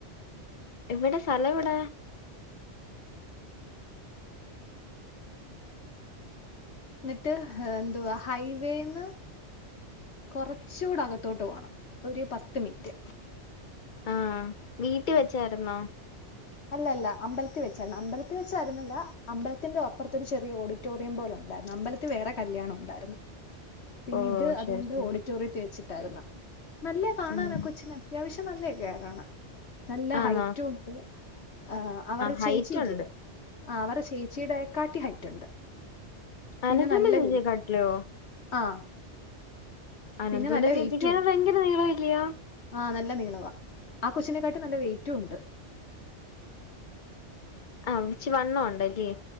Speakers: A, on the left; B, on the left.
A: എവടെ സ്ഥലം എവടെ
B: എന്നിട്ട് എന്തുവാ ഹൈവേന്ന് കൊറച്ചുടെ അകത്തോട്ട് പോണം ഒര് പത്ത് മിനിറ്റ്
A: ആഹ് വീട്ടി വെച്ചാര്ന്നോ
B: അല്ല അല്ല അമ്പലത്തി വെച്ചരാന്ന് അമ്പലത്തി വെച്ചായിരുന്നാല്ല അമ്പലത്തിന്റെ അപ്പുറത്ത ഒര് ചെറിയ ഓട് റ്റേറിയം പോലെ ഒണ്ടാര്ന്ന് അമ്പലത്തി വേറെ കല്യാണം ഒണ്ടാര്ന്ന് പിന്നെ
A: ഓ
B: ഇത് അതോണ്ട്
A: ശരി ശരി
B: ഓഡിറ്റോറിയത്തി വെച്ചിട്ട് ആര്ന്ന് നല്ലാ കാണാനാ
A: ഉം
B: കൊച്ചിനെ അത്യാവിശ്യം നല്ലൊക്കെ കാണാൻ നല്ല
A: ആന്നോ
B: ഹൈറ്റും ഒണ്ട് ആഹ് അവര്ടെ
A: ഹൈറ്റ്
B: ചേച്ചി ഇല്ലേ
A: ഉണ്ട്
B: ആഹ് അവര്ടെ ചേച്ചിടെ കാട്ടി ഹൈറ്റ് ഒണ്ട് പിന്നെ
A: അനന്തുന്റെ
B: നല്ല
A: ചേച്ചിയെക്കാട്ടിലോ
B: വെ ആഹ്
A: അനന്ദുന്റെ
B: പിന്നെ നല്ല
A: ചേച്ചിയ്ക്ക്യയാ
B: വെയിറ്റും ഉണ്ട്
A: പയങ്കര നീളം അല്ലിയോ
B: ആഹ് നല്ല നീളവാ ആഹ് കൊച്ചിനെക്കാട്ടി നല്ലാ വെയിറ്റും ഒണ്ട്
A: ആഹ് ഇച്ചി വണ്ണം ഒണ്ട് അല്ലി